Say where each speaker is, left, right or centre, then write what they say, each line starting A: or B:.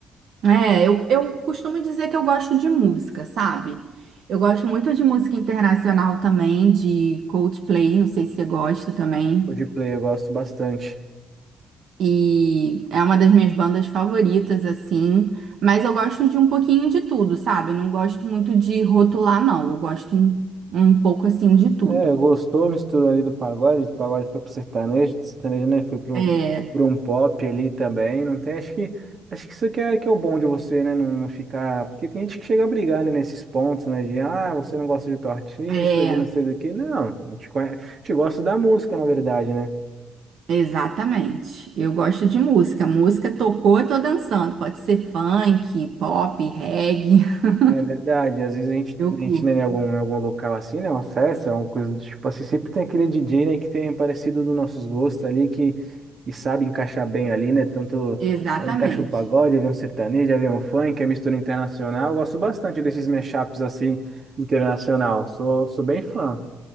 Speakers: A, on the right; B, on the right.
A: É, eu, eu costumo dizer que eu gosto de música, sabe? Eu gosto muito de música internacional também, de Coldplay, não sei se você gosta também.
B: O de play eu gosto bastante.
A: E é uma das minhas bandas favoritas, assim. Mas eu gosto de um pouquinho de tudo, sabe? Eu não gosto muito de rotular, não. Eu gosto um, um pouco, assim, de tudo.
B: É, gostou, misturou ali do pagode, do pagode foi pro sertanejo, do sertanejo, né? Foi pro,
A: É,
B: pro um pop ali também. Não tem, acho que acho que isso que é, que é o bom de você, né? Não, não ficar. Porque tem gente que chega a brigar, né, nesses pontos, né? De ah, você não gosta de tal artista,
A: é,
B: de não sei do que. Não, a gente, conhe- a gente gosta da música, na verdade, né?
A: exatamente. Eu gosto de música. Música tocou, eu tô dançando. Pode ser funk, pop, reggae. <laughs>
B: É verdade, às vezes a gente,
A: Eu
B: a
A: curto.
B: gente né, em algum, em algum local assim, né, uma festa, uma coisa do tipo assim, sempre tem aquele DJ, né, que tem parecido dos nossos gostos ali, que e sabe encaixar bem ali, né, tanto
A: Exatamente.
B: é, encaixa um pagode, vem um sertanejo, vem um funk, é mistura internacional, eu gosto bastante desses mashups assim, internacional, sou, sou bem fã.